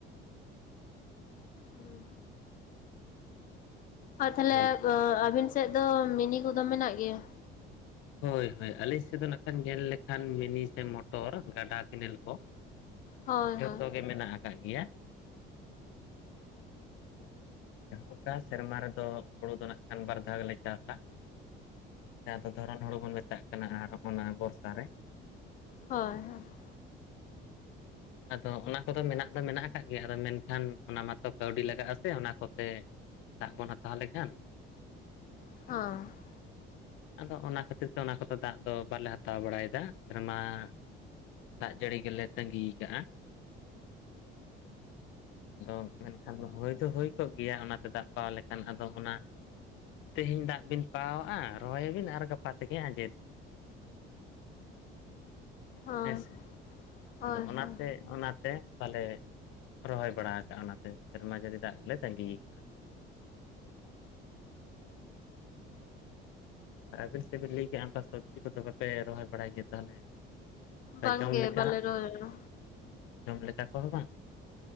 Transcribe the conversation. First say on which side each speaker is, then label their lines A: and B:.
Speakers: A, on the left; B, on the left.
A: ᱦᱩᱸ ᱟᱨ ᱛᱟᱦᱚᱞᱮ
B: ᱦᱳᱭ
A: ᱟᱵᱤᱱ ᱥᱮᱫ ᱫᱚ ᱢᱤᱱᱤ ᱠᱚᱫᱚ ᱢᱮᱱᱟᱜ ᱜᱮᱭᱟ ᱾
B: ᱦᱳᱭ ᱦᱳᱭ ᱟᱹᱞᱤᱧ ᱥᱮᱫᱚ ᱠᱷᱟᱱ ᱧᱮᱞ ᱞᱮᱠᱷᱟᱱ ᱢᱤᱱᱤ ᱥᱮ ᱢᱚᱴᱚᱨ ᱜᱟᱰᱟ ᱠᱮᱱᱮᱞ ᱠᱚ ᱾
A: ᱦᱳᱭ
B: ᱡᱷᱚᱛᱚ
A: ᱦᱳᱭ᱾
B: ᱜᱮ ᱢᱮᱱᱟᱜ ᱟᱠᱟᱫᱽ ᱜᱮᱭᱟ᱾ ᱚᱠᱟ ᱥᱮᱨᱢᱟ ᱨᱮᱫᱚ ᱦᱳᱲᱳ ᱫᱚ ᱱᱟᱜ ᱠᱷᱟᱱ ᱵᱟᱨ ᱫᱷᱟᱣ ᱜᱮᱞᱮ ᱪᱟᱥᱟ ᱾ ᱡᱟᱦᱟᱸ ᱫᱚ ᱫᱷᱚᱨᱚᱱ ᱦᱳᱲᱳ ᱵᱚᱱ ᱢᱮᱛᱟᱜ ᱠᱟᱱᱟ ᱟᱨ ᱦᱚᱜ ᱚ ᱱᱟ ᱵᱚᱨᱥᱟ ᱨᱮ ᱾
A: ᱦᱳᱭ ᱦᱳᱭ ᱾
B: ᱟᱫᱚ ᱚᱱᱟ ᱠᱚᱫᱚ ᱢᱮᱱᱟᱜ ᱫᱚ ᱢᱮᱱᱟᱜ ᱟᱠᱟᱫ ᱜᱮᱭᱟ ᱟᱫᱚ ᱢᱮᱱᱠᱷᱟᱱ ᱚᱱᱟ ᱢᱟᱛᱚ ᱠᱟᱹᱣᱰᱤ ᱞᱟᱜᱟᱜᱼᱟ ᱥᱮ ᱚᱱᱟ ᱠᱚᱛᱮ ᱾ ᱫᱟᱜ ᱵᱚᱱ ᱦᱟᱛᱟᱣ ᱞᱮᱠᱷᱟᱱ ᱾
A: ᱦᱳᱭ ᱾
B: ᱟᱫᱚ ᱚᱱᱟ ᱠᱷᱟᱹᱛᱤᱨ ᱛᱮ ᱚᱱᱟ ᱠᱚᱫᱚ ᱫᱟᱜ ᱫᱚ ᱵᱟᱞᱮ ᱦᱟᱛᱟᱣ ᱵᱟᱲᱟᱭ ᱫᱟ ᱥᱮᱨᱢᱟ ᱾ ᱫᱟᱜ ᱡᱟᱹᱲᱤ ᱜᱮᱞᱮ ᱛᱟᱺᱜᱤ ᱾ ᱠᱟᱜ ᱟ ᱛᱚ ᱢᱮᱱᱠᱷᱟᱱ ᱫᱚ ᱦᱳᱭ ᱫᱚ ᱦᱳᱭ ᱾ ᱠᱚᱜ ᱜᱮᱭᱟ ᱚᱱᱟᱛᱮ ᱫᱟᱜ ᱯᱟᱣᱟᱳ ᱞᱮᱠᱷᱟᱱ ᱟᱫᱚ ᱚᱱᱟ ᱾ ᱛᱮᱦᱮᱧ ᱫᱟᱜ ᱵᱤᱱ ᱯᱟᱣᱟᱳ ᱟᱜ ᱟ ᱨᱚᱦᱚᱭᱟᱵᱤᱱ ᱟᱨ ᱜᱟᱯᱟ ᱛᱮᱜᱮ ᱟᱸᱡᱮᱫ ᱾
A: ᱦᱚᱸ ᱦᱳᱭ
B: ᱦᱮᱸᱥᱮ
A: ᱦᱳᱭ
B: ᱟᱫᱚ ᱚᱱᱟ
A: ᱦᱳᱭ᱾
B: ᱾ ᱚᱱᱟᱛᱮ ᱵᱟᱞᱮ ᱨᱚᱦᱚᱭ ᱵᱟᱲᱟ ᱠᱟᱜᱼᱟ ᱚᱱᱟᱛᱮ ᱥᱮᱨᱢᱟ ᱡᱟᱹᱨᱤ ᱫᱟᱜ ᱜᱮᱞᱮ ᱛᱟᱺᱜᱤ ᱾ ᱟᱵᱮᱱ ᱥᱮᱫ ᱵᱮᱱ ᱞᱟᱹᱭ ᱠᱮᱜᱼᱟ ᱚᱱᱠᱟ ᱥᱚᱵᱽᱡᱤ ᱠᱚᱫᱚ ᱵᱟᱯᱮ ᱨᱚᱦᱚᱭ ᱵᱟᱲᱟᱭ ᱜᱮᱭᱟ ᱛᱟᱦᱚᱞᱮ
A: ᱵᱟᱝᱜᱮ
B: ᱾ ᱡᱚᱢ ᱞᱮᱠᱟ
A: ᱵᱟᱞᱮ ᱨᱚᱦᱚᱭᱟ᱾
B: ᱡᱚᱢ ᱞᱮᱠᱟ ᱠᱚᱦᱚᱸ ᱵᱟᱝ ᱾